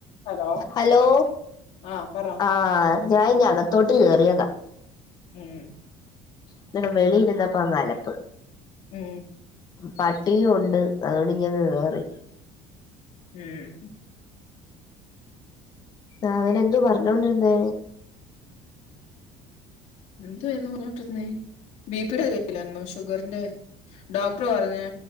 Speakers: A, on the left (about 60°); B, on the left (about 30°).
A: ഹലോ
B: ഹലോ
A: ആഹ് പറ
B: ആഹ ഞാൻ ഇങ്ങകത്തോട്ട് കേറിയതാ.
A: ഉം.
B: ഇന്നോരെ വെളിയിരുന്നപ്പലപ്പ്
A: ഉം
B: പട്ടിയും ഉണ്ട് അതുകൊണ്ട് ഇങ്ങ കേറി.
A: ഉം
B: ആ അവനേന്ത് പറഞ്ഞോണ്ടിരുന്നേ?
A: എന്തു വായിരുന്നു പറഞ്ഞോണ്ടിര്രനെ ബിപിയുടെ കാര്യല്ലോ ഷുഗറിന്റെ ഡോക്ടർ പറഞ്ഞേ